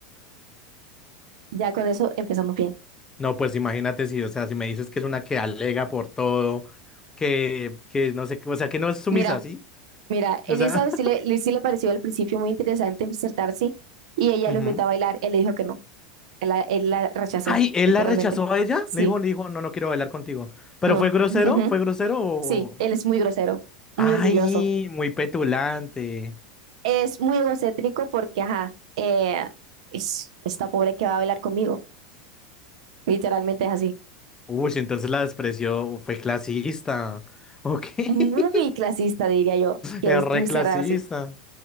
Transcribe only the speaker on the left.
No, pues imagínate si, o sea, si me dices que es una que alega por todo, que, que no sé, qué, o sea, que no es sumisa,
¿sí?
O sea,
<laughs> ujú.
Ay, él
la rechazó a ella.
Le dijo, le dijo, no, no quiero bailar contigo. ¿Pero
fue grosero?
¿Fue grosero o...?
Ay,
muy petulante.
Uy, si entonces la despreció, fue clasista. Ok, <laughs>
es
re
clasista.